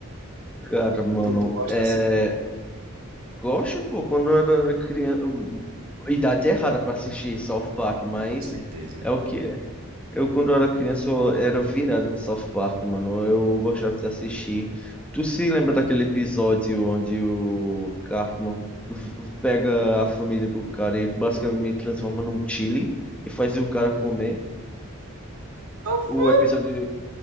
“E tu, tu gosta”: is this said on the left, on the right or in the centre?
Right